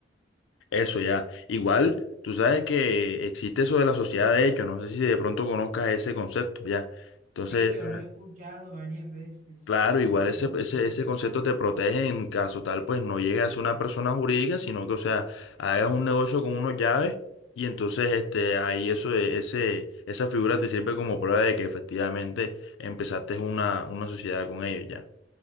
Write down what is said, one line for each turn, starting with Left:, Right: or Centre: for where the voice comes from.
Left: Eso ya. Igual, tú sabes que existe eso de la sociedad de hecho, no sé si de pronto conozcas ese concepto, ya. Entonces,
Right: Sí, yo
Left: Ajá.
Right: lo he escuchado varias veces.
Left: claro, igual
Right: Lo he escuchado.
Left: ese, ese, ese concepto te protege en caso tal, pues no llegue a ser una persona jurídica, sino que, o sea, hagas un negocio con unos llaves y entonces este, ahí eso, e- ese, esa figura te sirve como prueba de que efectivamente empezaste una, una sociedad con ellos, ya.